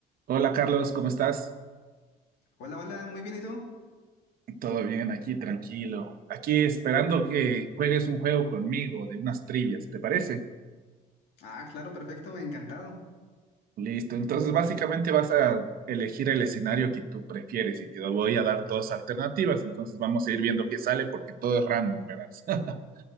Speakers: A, on the right; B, on the left.
A: Hola Carlos, ¿cómo estás?
B: Hola, hola, muy bien, ¿y tú?
A: Todo bien aquí, tranquilo. Aquí esperando que juegues un juego conmigo de unas trivias, ¿te parece?
B: Ah, claro, perfecto, encantado.
A: Listo, entonces básicamente vas a elegir el escenario que tú prefieres y te voy a dar dos alternativas, entonces vamos a ir viendo qué sale porque todo es random, verás. <laughs>